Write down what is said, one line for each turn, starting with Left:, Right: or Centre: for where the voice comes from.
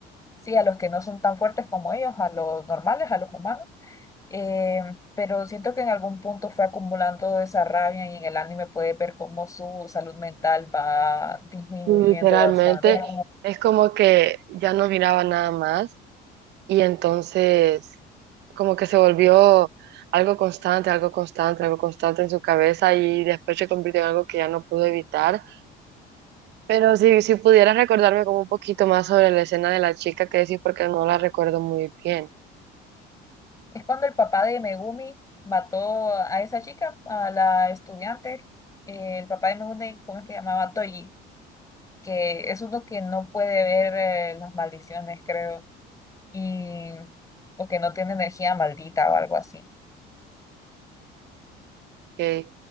Left: sí, a los que no son tan fuertes como ellos, a los normales, a los humanos. Eh, pero siento que en algún punto fue acumulando esa rabia y en el anime puedes ver cómo su salud mental va disminuyendo
Right: literalmente
Left: bastante.
Right: es como que ya no miraba nada más y entonces como que se volvió algo constante, algo constante, algo constante en su cabeza y después se convirtió en algo que ya no pudo evitar Pero si, si pudieras recordarme como un poquito más sobre la escena de la chica que decís, porque no la recuerdo muy bien,
Left: Es cuando el papá de Megumi mató a esa chica, a la estudiante. eh, el papá de Megumi, ¿cómo es que se llamaba? Toji. que es uno que no puede ver eh, las maldiciones, creo, y o que no tiene energía maldita o algo así.
Right: ¿ok?